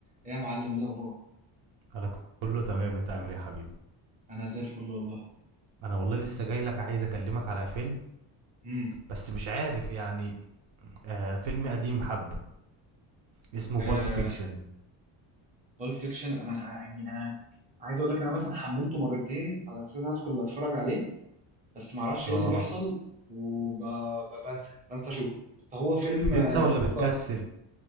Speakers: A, on the right; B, on the right.
A: ايه يا معلم ايه الاخبار
B: انا كله تمام انت عامل ايه يا حبيبي
A: انا زي الفل والله
B: انا والله لسه جاي لك عايز اكلمك على فيلم
A: امم
B: بس مش عارف يعني آه فيلم قديم حبة اسمه
A: آه
B: بالب فيكشن
A: بول فيكشن انا ع- يعني انا عايز اقول لك انا مثلا حملته مرتين على اساس ان أنا ادخل اتفرج عليه بس ما اعرفش
B: اه
A: ايه اللي بيحصل وبنسى بنسى اشوف بس هو فيلم
B: بتنسى
A: آه،
B: ولا
A: تحفة
B: بتكسل